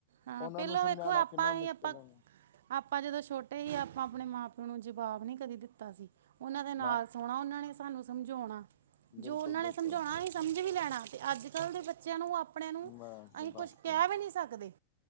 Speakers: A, on the right; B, on the left.
A: ਹਾਂ'
B: ਉਹਨਾਂ
A: ਪਹਿਲੋਂ
B: ਨੂੰ ਸਮਝਾਉਣਾ
A: ਵੇਖੋ, ਆਪਾਂ
B: ਕਿੰਨਾ ਮੁਸ਼ਕਿਲ
A: ਹੀ ਆਪਾਂ
B: ਹੈ
A: ਆਪਾਂ ਜਦੋਂ ਛੋਟੇ ਸੀ, ਆਪਾਂ ਆਪਣੇ ਮਾਂ ਪਿਓ ਨੂੰ ਜਵਾਬ ਨਹੀਂ ਕਦੇ ਦਿੱਤਾ ਸੀ। ਉਹਨਾਂ ਦੇ ਨਾਲ
B: ਨਾ
A: ਸੋਣਾ, ਉਹਨਾਂ ਨੇ ਸਾਨੂੰ ਸਮਝਾਉਣਾ, ਜੋ
B: ਬਿਲਕੁਲ
A: ਉਹਨਾਂ
B: ਬਿਲਕੁਲ
A: ਨੇ ਸਮਝਾਉਣਾ ਸਮਝ ਵੀ ਲੈਣਾ, ਤੇ ਅੱਜ ਕੱਲ੍ਹ ਦੇ ਬੱਚਿਆਂ ਨੂੰ ਆਪਣ ਨੂੰ,
B: ਬਸ
A: ਅਸੀਂ ਕੁਛ
B: ਬਸ
A: ਕਹਿ ਵੀ ਨਹੀਂ ਸਕਦੇ।